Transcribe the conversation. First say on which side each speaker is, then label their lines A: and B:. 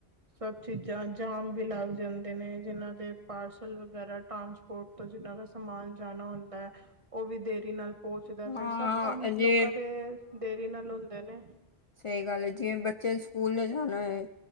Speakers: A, on the right; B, on the left.
A: ਸਭ ਚੀਜ਼ਾਂ ਜਾਮ ਵੀ ਲੱਗ ਜਾਂਦੇ ਨੇ ਜਿਨਾਂ ਦੇ ਪਾਰਸਲ ਵਗੈਰਾ ਟਰਾਂਸ ਰਟ ਤੋਂ ਜਿਨਾਂ ਦਾ ਸਮਾਨ ਜਾਣਾ ਹੁੰਦਾ ਹੈ ਉਹ ਵੀ ਦੇਰੀ ਨਾਲ, ਪੋਚਦਾ ਫੇਿਰ
B: ਹਾਂ
A: ਸਭ ਕੰਮ
B: ਜੇ
A: ਲੋਕਾਂ ਦੇ ਦੇਰੀ ਨਾਲ ਹੁੰਦੇ ਨੇ
B: ਇਹ ਗੱਲ ਜਿਵੇਂ ਬੱਚੇ ਸਕੂਲ ਜਾਣਾ ਹੈ